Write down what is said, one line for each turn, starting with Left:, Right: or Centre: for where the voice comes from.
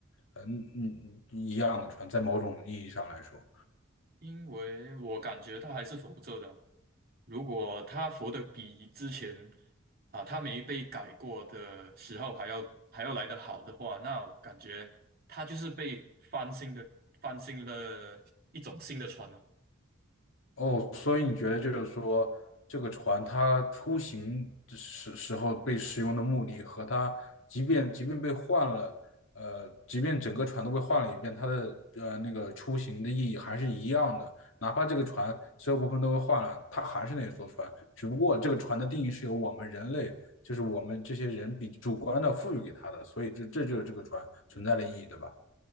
Left: 呃嗯嗯嗯一样的船？在某种意义上来说，
Right: 因为我感觉它还是浮着的啊如果它浮的比之前啊它没被改过的时候还要还要来得好的话，那我感觉它就是被翻新的翻新了一种新的船了。
Left: 哦，所以你觉得就是说，这个船它出行的时时候被使用的目的和它，即便即便被换了，呃，即便整个船都被换了一遍，它的呃那个出行的意义还是一样的。哪怕这个船所有部分都被换了，它还是那艘船，只不过这个船的定义是由我们人类，就是我们这些人比主观的赋予给它的，所以这这就是这个船存在的意义，对吧？